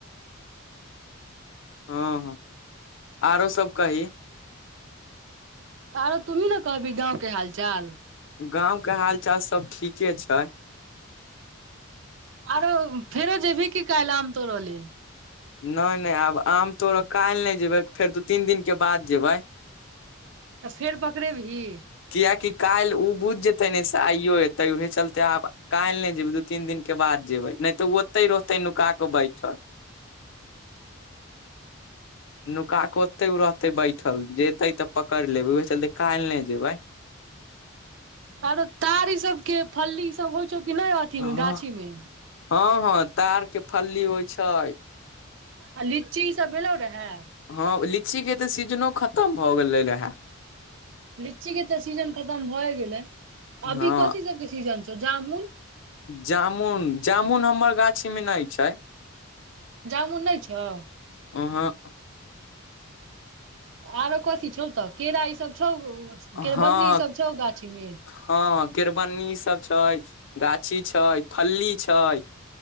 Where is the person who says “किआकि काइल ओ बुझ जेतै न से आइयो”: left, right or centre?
Left